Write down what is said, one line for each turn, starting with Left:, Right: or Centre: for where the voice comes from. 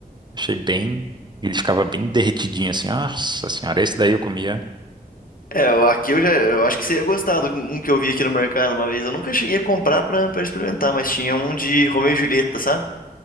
Right: achei bem, ele ficava bem derretidinho assim. Nossa senhora, esse daí eu comia.
Left: É, eu- aqui eu já, eu acho que você ia gostar do um que eu vi aqui no mercado uma vez. Eu nunca cheguei a comprar pra, pra experimentar, mas tinha um de Romeu e Julieta, sabe?